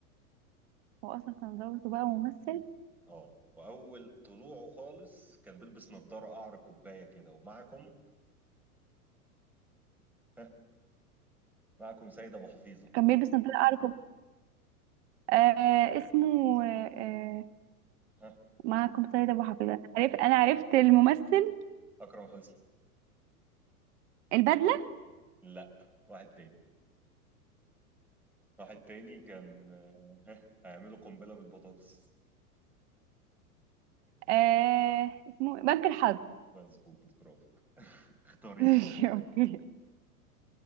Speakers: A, on the right; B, in the centre.
A: هو اصلا كان متجوز وبقى ممثل
B: اه واول طلوعه خالص كان بيلبس نظاره قعر الكوبايه كده ومعكم ها معكم سيد ابو حفيظه
A: كان بيلبس نضاره ارجل آه اسمه آه آه،
B: ها
A: معكم سيد ابو حفيظ انا عرفت انا عرفت الممثل
B: اكرم حسني
A: البدله
B: لا واحد تاني واحد تاني كان آه، هيعملوا قنبله بالبطاطس
A: آه اسمه بنك الحظ
B: مظبوط برافو اختار
A: <laughs> ماشي،
B: انت فيلم
A: أوكي.
B: يلا